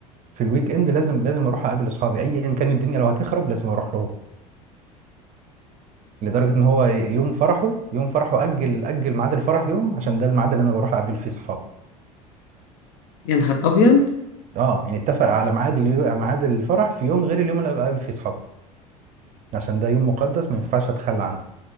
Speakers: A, on the right (about 40°); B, on the left (about 55°).
A: في الويك اند لازم لازم اروح اقابل اصحابي ايا كان الدنيا لو هتخرب لازم اروح لهم لدرجة ان هو يوم فرحه يوم فرحه اجل اجل ميعاد الفرح يوم عشان ده الميعاد اللي انا بروح اقابل فيه صحابي
B: يا نهار ابيض
A: اه يعني اتفق على ميعاد اليو... ميعاد الفرح في يوم غير اليوم اللي بقابل فيه صحابي عشان ده يوم مقدس ما ينفعش اتخلى عنه